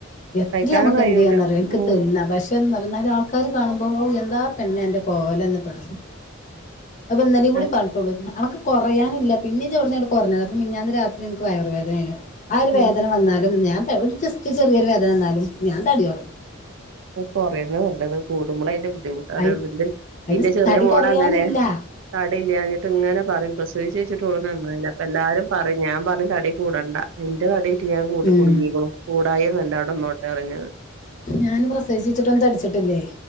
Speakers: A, on the left; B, on the right.
A: എത്ര
B: കഴിക്കാനും
A: നമുക്ക്
B: കഴിയൂല
A: എന്ത് ചെയ്യാന്നറിയോ എനിക്ക്
B: ഉം
A: തിന്നാപക്ഷേ എന്നാറിയാ നാലുംആൾക്കാര് കാണു ഓ ഓ എന്താ പെണ്ണേ ഇന്റെ കോലന്ന് പറയും അപ്പന്നലേം കൂടി
B: അത്
A: പറഞ്ഞട്ടോള്ളൂ <unintelligible> കൊറയാനില്ല പിന്നേം ചോടെന്നങ്ങ് കൊറഞ്ഞതാ അപ്പ മിഞ്ഞാന്ന് രാത്രി എന്നിക്ക് വയറ് വേദന ആയിനു ആ ഒരു വേദന
B: ഉം
A: വന്നാലും ഞാൻ ചെ ഒര് ജസ്റ്റ് ചെറിയൊരു വേദന വന്നാലും ഞാൻ തടി കൊറക്കും.
B: കൊറേന്ന നല്ലത് കൂടുമ്പോള അയ്ന്റെ ബുദ്ധിമുട്ട് അറിയോള്ളതിന്റെ
A: അയി അയിന്
B: ഇന്റെ ചെറിയ
A: തടി
B: മോളാ
A: കൊറയാനില്ല
B: അങ്ങനെ തട ഇല്ലാഞ്ഞിട്ട് ഇങ്ങനെ പറയും പ്രസവിച്ചെഴിച്ചിട്ടോള് നന്നായില്ല അപ്പ എല്ലാവരും പറയും ഞാൻ പറഞ്ഞ് തടി കൂടണ്ട ഇന്റ തടി ഞാൻ കൂട്
A: ഉം
B: കുടുങ്ങിക്കോളും കൂടായ നല്ല അവിടിന്നോട്ട് <unintelligible>
A: ഞാൻ പ്രസവിച്ചിട്ടൊന്നും തടിച്ചട്ടില്ലേ.